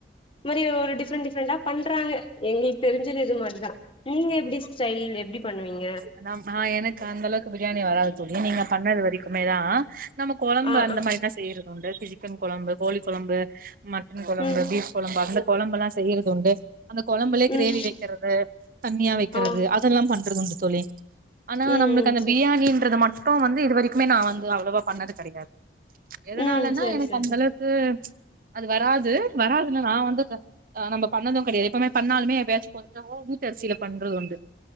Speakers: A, on the left; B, on the right.
A: இது மாரி ஒரு டிஃப்ரெண்ட் டிஃப்ரெண்டா பண்றாங்க எங்களுக்கு தெரிஞ்சது இது மாரி தா நீங்க எப்டி ஸ்டைல் எப்டி பண்ணுவீங்க
B: அதாமா ஆ எனக்கு அந்தளவுக்கு பிரியாணி வராது தோழி நீங்க பண்ணது வரைக்குமே தா நம்ம கொழம்பு
A: ஆ
B: அந்த
A: ஆ
B: மாதிரிதா செய்யறது உண்டு சிக்கன் கொழம்பு கோழி கொழம்பு மட்டன் கொழம்பு
A: ம்
B: பீஃப் கொழம்பு அந்த கொழம்பு எல்லா செய்யறது உண்டு அந்த கொழம்புலே
A: ம்
B: கிரேவி வைக்கிறது தண்ணியா வைக்கிறது
A: ஆ
B: அதெல்லா பண்றது உண்டு தோழி ஆனா
A: ம்
B: நம்மளுக்கு
A: ம்
B: அந்த
A: செரி
B: பிரியாணன்றது மட்டு வந்து இது வரைக்கு க்குமே நா வந்து அவ்வளவா பண்ணது கெடையாது எதுனாலனா
A: ம் செரி
B: எனக்கு
A: செரி
B: அந்த
A: செரி
B: அளவுக் கு அது வராது வராதுன்னா நா வந்து ஆ நம்ம பண்ணது கெடையாது எப்பமே பண்ணாலுமே எப்பயாச்சு கொஞ்சமா வீட்டரிசியில பண்றது உண்டு